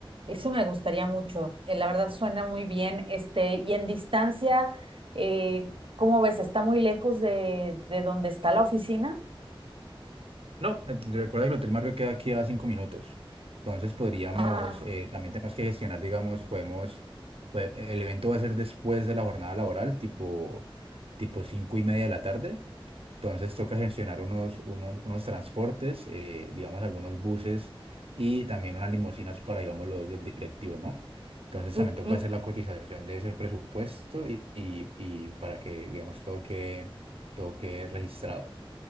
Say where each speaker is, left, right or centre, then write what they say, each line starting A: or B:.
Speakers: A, on the right; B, on the right.
A: Eso me gustaría mucho. eh, la verdad suena muy bien. Este, y en distancia, eh, ¿cómo ves? ¿Está muy lejos de, de donde está la oficina?
B: No, eh, recuerda que el Hotel Marriott queda aquí a cinco minutos. Entonces podríamos,
A: Ah,
B: eh, también tenemos que gestionar, digamos, podemos, pue- el evento va a ser después de la jornada laboral, tipo, tipo cinco y media de la tarde. Entonces toca gestionar unos, unos, unos transportes, eh, digamos algunos buses y también unas limusinas para, digamos, los, los directivos, ¿no? Entonces
A: L-
B: también toca
A: l-
B: hacer la cotización de ese presupuesto y, y, y para que, digamos, todo quede, todo quede registrado.